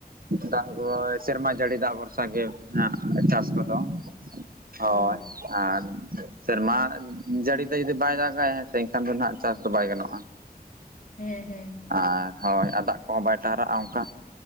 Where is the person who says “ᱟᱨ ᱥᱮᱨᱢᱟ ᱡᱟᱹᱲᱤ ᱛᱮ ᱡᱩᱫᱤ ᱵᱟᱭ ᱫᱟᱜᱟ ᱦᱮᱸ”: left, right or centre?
Right